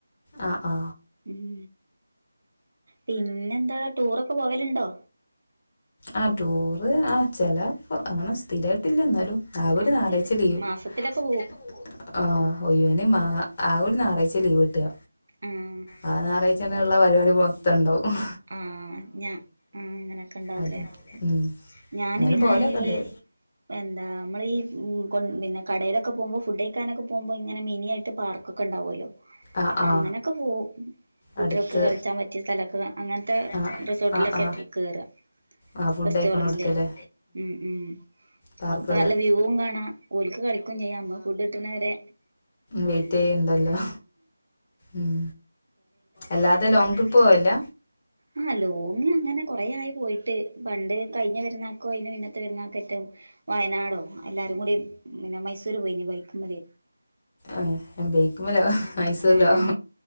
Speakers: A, on the left (about 30°); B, on the right (about 60°).
A: ആ ആ
B: ഉം പിന്നെന്താ ടൂറൊക്കെ പോവലുണ്ടോ
A: ആ ടൂറ് ആ ചെലപ്പോ അങ്ങനെ സ്ഥിരയിട്ടില്ല ന്നാലും ആകെ
B: ആഹ്
A: ര് ഞറാഴ്ചേ
B: സ്ഥിരം
A: ലീവ്
B: മാസത്തിലൊക്കെ
A: മാസത്തിലെക്കെ പോവോ ആഹ് ഒയ്യേ ന് മാ ആക്കെര്ഞായറാഴ്ച ലീവ് കിട്ടാ
B: മ്മ്
A: ആ ഞായറാഴ്ചന്നെള്ളപരിപാടി മൊത്തംണ്ടാവും
B: ആഹ് ഞാ ആ അങ്ങനെക്കെ ണ്ടാവൂല്ലേ
A: അത് ഉം
B: ഞാന്പിന്നെഈ
A: എന്നാലും പോവലൊക്കെ ഉണ്ട്
B: എന്താമ്മള് ഈ കോ പിന്നെ കടേലൊക്കെ പോമ്പോഫുഡൈക്കാനൊക്കെ പോമ്പോ ഇങ്ങനെ മിനി ആയിട്ട് പാർക്കൊക്കെ ഇണ്ടാവുല്ലോ
A: ആ ആ
B: അങ്ങനൊക്കെ പോവും കുട്ട്യോൾക്ക്
A: അടുത്ത്
B: കളിച്ചാപറ്റിയ സ്ഥലൊക്കെ ക ങ്ങൻത്തെ
A: ആ
B: റിസോർട്ടിലൊക്കെ
A: ആ ആ
B: കേറ
A: ആ ഫുഡ്
B: റെസ്റ്റോറന്റ്ല്
A: കഴിക്കണോടത്തല്ലേ
B: ഉം ഉം
A: പാർക്കുകള്
B: അപ്പനല്ലവ്യൂവുംകാണാഓൽക്ക് കളിക്കും ചെമ്മക്ക് ഫുഡ് കിട്ടണ വെരെ
A: വെയിറ്റ്യ്യ്ണ്ടല്ലോ ഉം അല്ലാതെ ലോങ്ങ് ട്രിപ്പ് പോവല്ല്ല
B: ആഹ ലോങ് അങ്ങനെ കൊറേആയി പോയിട്ട്പണ്ട് കഴിഞ്ഞപെരുന്നാക്കോ അയിന്നെ മുന്ന ത്തെ പെരുന്നാക്കെറ്റവും വയനാടോ എല്ലാരുംകൂടി പിന്നെ മൈസൂര് പോയിന് ബൈക്കുംമല്
A: ആഹ് ബേയ്ക്കുമലോമൈസൂരിലോ
B: ആഹ്